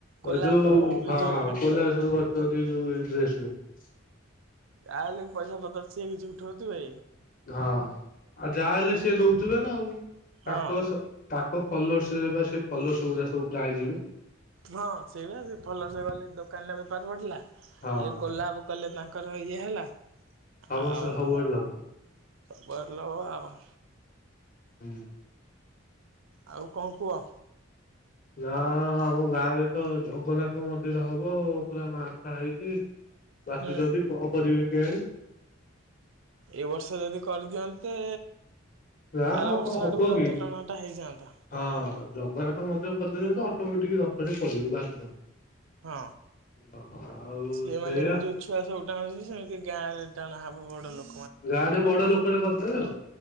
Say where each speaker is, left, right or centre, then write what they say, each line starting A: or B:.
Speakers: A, on the right; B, on the left.
A: କୋଲାବ
B: ଏ ଯୋଉ
A: ଭିଡିଓ
B: ହଁ ହଁ
A: ଗୁରା
B: କୋଳବେସନ କ କରି ଯୋଉ ଡ୍ରେସ୍ ଗୁଡା।
A: ଯାହା ହେଲେ ବି ପଇସାପତରସେ କିଛି ଉଠୁନଥିବେ?
B: ହଁ ଆଉ ଯାହା ହେଲେ ସିଏ ନଉଥିବେ ନା ଆଉ
A: ହଁ
B: ତାଙ୍କ ତାଙ୍କ ଫଲୋର୍ସରେ ବା ସେ ଫଲୋସ ଗୁଡା ସବୁ ପ୍ରୟେ ଯିବେ।
A: ହଁ ସେଇ ବା ଫଲୋଶ୍ ଗଲେ ଦୋକାନ ର ବେପାର ବଢ଼ିଲା
B: ହଁ।
A: ଇଏ କଲାବ କଲେ ତାଙ୍କ ତାଙ୍କର ଇଏ ହେଲା।
B: ସମସ୍ତେ
A: ଆଉ
B: ସବୁଆଡେ ଲାଭ
A: <unintelligible> ଆଉ
B: ହୁଁ।
A: ଆଉ କଣ କୁହ?
B: ନା ଆମ ଗାଁରେ ତ ଜଗନ୍ନାଥ ମନ୍ଦିର ହବ ପୁରା ମାସ ହେଇଛି। ବାଚ
A: ହୁଁ।
B: ଯଦି କଣ କରିବେ କେଜାଣି
A: ଏଇ ବର୍ଷ ଯଦି କରିଦିଅନ୍ତେ
B: ଯ
A: ଆର
B: ହଉ
A: ବର୍ଷ
B: କଣ ହବ
A: ଆଡକୁ ରଥ
B: କି
A: ଟଣାଟା ହେଇଯାଆନ୍ତା।
B: ହଁ ଜଗନ୍ନାଥ ମଧ୍ୟ ଅଟୋମେଟିକ ରଥ ଟେ କରିବୁ ବାଧ୍ୟ।
A: ହଁ
B: ଆଉ
A: ସେମାନେ
B: ସେଇଆ
A: ଏମିତି ଯୋଉ ଛୁଆ ସବୁ ଟାଣୁଛନ୍ତି ସେମିତି ଗାଁ ରେ ଟାଣ ହବ ବଡ ଲୋକ
B: ଗାଁଡ ବଡ ଲୋକଟେ କରିଦେବେ ଆଉ।